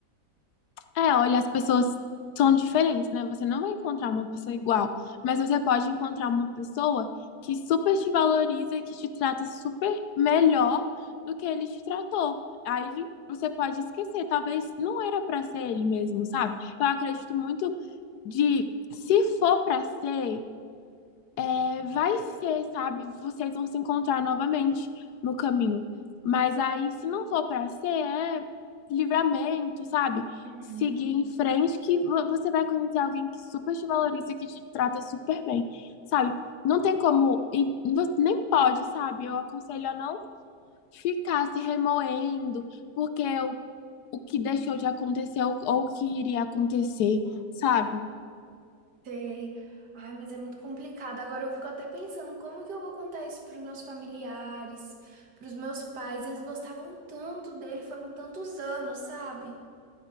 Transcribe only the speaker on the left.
É, olha, as pessoas são diferentes, né? Você não vai encontrar uma pessoa igual, mas você pode encontrar uma pessoa que super te valoriza e que te trata super melhor do que ele te tratou. Aí você pode esquecer, talvez não era pra ser ele mesmo, sabe? Eu acredito muito de se for pra ser, é, vai ser, sabe? Vocês vão se encontrar novamente no caminho. Mas aí, se não for pra ser, é livramento, sabe?
Seguir em frente, que vo- você vai conhecer alguém que super te valoriza e que te trata super bem, sabe? Não tem como, e você nem pode, sabe? Eu aconselho a não ficar se remoendo, porque o, o que deixou de acontecer ou ou o que iria acontecer, sabe?